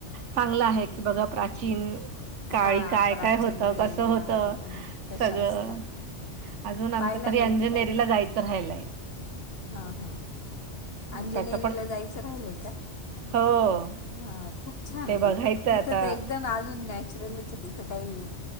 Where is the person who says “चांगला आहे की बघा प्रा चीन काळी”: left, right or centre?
Right